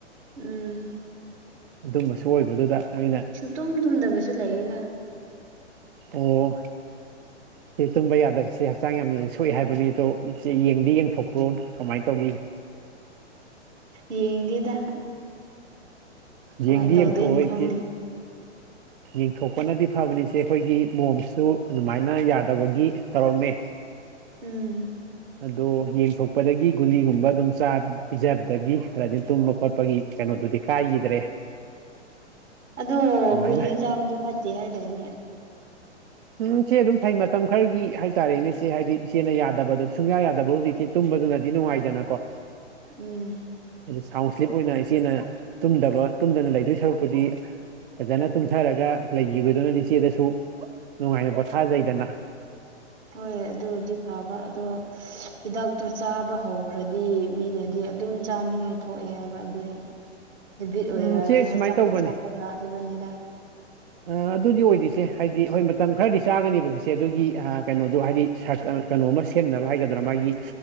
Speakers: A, on the right; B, on the right.
A: ꯎꯝ
B: ꯑꯗꯨꯝꯕꯁꯨ ꯑꯣꯏꯕꯗꯨꯗ ꯑꯩꯅ
A: ꯇꯨꯝ ꯇꯨꯝꯗꯕꯁꯨ ꯂꯩꯗ
B: ꯑꯣ ꯁꯤ ꯇꯨꯝꯕ ꯌꯥꯗꯕꯁꯦ ꯍꯛꯆꯥꯡ ꯌꯥꯝꯅꯗꯤ ꯁꯣꯛꯏ ꯍꯥꯏꯕꯅꯤ ꯑꯗꯣ ꯆꯦ ꯌꯦꯡꯗꯤ ꯌꯦꯡꯊꯣꯛꯄ꯭ꯔꯣ ꯀꯃꯥꯏꯅ ꯇꯧꯏ
A: ꯌꯦꯡꯗꯦꯗ ꯀꯃꯥꯏꯅ
B: ꯌꯦꯡꯗꯤ
A: ꯇꯧꯗꯣꯏꯅꯣ
B: ꯌꯦꯡꯊꯣꯛꯑꯣ
A: ꯈꯪꯗꯦ
B: ꯏꯆꯦ ꯌꯦꯡꯊꯣꯛꯄꯅꯗꯤ ꯐꯕꯅꯤꯆꯦ ꯑꯩꯈꯣꯏꯒꯤ ꯃꯣꯝꯁꯨ ꯑꯗꯨꯃꯥꯏꯅ ꯌꯥꯗꯕꯒꯤ ꯇꯧꯔꯝꯃꯦ
A: ꯎꯝ
B: ꯑꯗꯣ ꯌꯦꯡꯊꯣꯛꯄꯗꯒꯤ ꯒꯨꯂꯤꯒꯨꯝꯕ ꯑꯗꯨꯝ ꯆꯥ ꯄꯤꯖꯕꯗꯒꯤ ꯈꯗꯤ ꯇꯨꯝꯕ ꯈꯣꯠꯄꯒꯤ ꯀꯩꯅꯣꯗꯨꯗꯤ ꯀꯥꯏꯈꯤꯗ꯭ꯔꯦ
A: ꯑꯗꯣ
B: ꯑꯗꯨꯃꯥꯏꯅ
A: ꯒꯨꯂꯤ ꯆꯥꯕꯗꯣ ꯐꯠꯇꯦ ꯍꯥꯏꯗꯥꯏꯅꯦ
B: ꯎꯝ ꯁꯤꯦ ꯑꯗꯨꯝ ꯐꯩ ꯃꯇꯝ ꯈꯔꯒꯤ ꯍꯥꯏꯇꯥꯔꯦꯅꯦꯁꯦ ꯍꯥꯏꯗꯤ ꯆꯦꯅ ꯌꯥꯗꯕꯗꯣ ꯁꯨꯡꯌꯥ ꯌꯥꯗꯕꯕꯨꯖꯤꯛꯇ ꯇꯨꯝꯕꯗꯨꯅꯗꯤ ꯅꯨꯡꯉꯥꯏꯗꯅꯀꯣ
A: ꯎꯝ
B: ꯑꯗꯤ ꯁꯥꯎꯟ ꯁ꯭ꯂꯤꯞ ꯑꯣꯏꯅ ꯏꯆꯦꯅ ꯇꯨꯝꯗꯕ ꯇꯨꯝꯗꯅ ꯂꯩꯗꯣꯏ ꯁꯔꯨꯛꯄꯨꯗꯤ ꯐꯖꯅ ꯇꯨꯝꯊꯔꯒ ꯂꯩꯈꯤꯕꯗꯨꯅ ꯏꯆꯦꯗꯁꯨ ꯅꯨꯡꯉꯥꯏꯅ ꯄꯣꯊꯥꯖꯩꯗꯅ
A: ꯍꯣꯏ ꯑꯗꯨꯗꯤ ꯐꯕ ꯑꯗꯣ ꯍꯤꯗꯥꯛꯇꯨ ꯆꯥꯕ ꯍꯧꯈ꯭ꯔꯗꯤ ꯃꯤꯅꯗꯤ ꯑꯗꯨꯝ ꯆꯥꯅꯤꯡꯉꯥꯏ ꯊꯣꯛꯑꯦ ꯍꯥꯏꯕ ꯑꯗꯨꯏ
B: <unintelligible>
A: ꯍꯦꯕꯤꯠ ꯑꯣꯏꯔꯛꯑꯗꯤ
B: ꯎꯝ ꯁꯦ ꯁꯨꯃꯥꯏꯅ
A: ꯍꯛꯆꯥꯡꯅ
B: ꯇꯧꯕꯅꯦ
A: ꯁꯣꯛꯀꯗ꯭ꯔꯥ ꯍꯥꯏꯕꯅꯤꯗ
B: ꯑ ꯑꯗꯨꯗꯤ ꯑꯣꯏꯗꯣꯏꯁꯦ ꯍꯥꯏꯗꯤ ꯍꯣꯏ ꯃꯇꯝ ꯈꯔꯗꯤ ꯆꯥꯒꯅꯦꯕꯒꯤꯁꯦ ꯑꯗꯨꯒꯤ ꯀꯩꯅꯣꯗꯣ ꯍꯥꯏꯗꯤ ꯀꯩꯅꯣꯝꯃ ꯁꯦꯝꯅꯕ ꯍꯥꯏꯒꯗ꯭ꯔꯥ ꯃꯥꯒꯤ